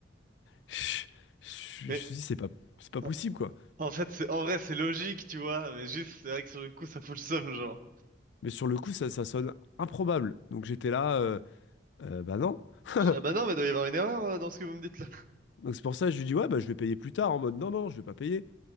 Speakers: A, on the left; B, on the right.
A: Je je- je
B: Mais
A: me suis dit, c'est pas, c'est pas
B: en,
A: possible, quoi.
B: en fait c'est en vrai c'est logique tu vois, mais juste c'est vrai que sur le coup ça fout le seum genre.
A: Mais sur le coup, ça, ça sonne improbable. Donc, j'étais là, euh, euh, bah non. <laughs>
B: Je dis, ah bah non mais il doit y avoir une erreur euh, dans ce que vous me dites là.
A: Donc c'est pour ça que je lui dis, ouais, bah, je vais payer plus tard, en mode, non, non, je vais pas payer.